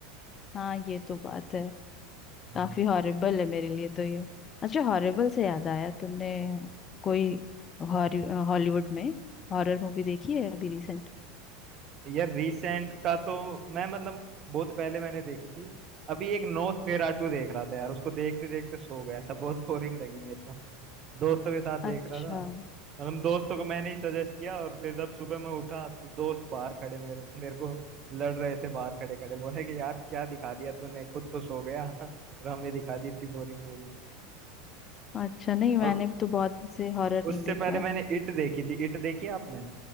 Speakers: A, on the left; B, on the right.
A: हाँ ये तो बात है
B: हम्म।
A: काफी हॉरिबल है मेरे लिए तो ये अच्छा हॉरिबल से याद आया तुमने कोई हॉलीवुड में हॉरर मूवी देखी है अभी रिसेंट
B: यार रिसेंट का तो मैं मतलब बहुत पहले मैंने देखी थी अभी एक नोस्फेरातु देख रहा था यार उसको देखते देखते सो गया था बहुत बोरिंग लगी मेरे को दोस्तों के साथ
A: अच्छा
B: देख रहा था मतलब दोस्तों को मैंने ही सजेस्ट किया और फिर जब सुबह मैं उठा तो दोस्त बाहर खड़े मेरे मेरे को लड़ रहे थे बाहर खड़े खड़े बोले कि यार क्या दिखा दिया तूने खुद तो सो गया <laughs> और हमें दिखा दी इतनी बोरिंग मूवी
A: अच्छा नहीं मैंने
B: और
A: तो बहुत दिन से हॉरर नहीं
B: उससे
A: देखा
B: पहले
A: है
B: मैंने इट देखी थी इट देखी है आपने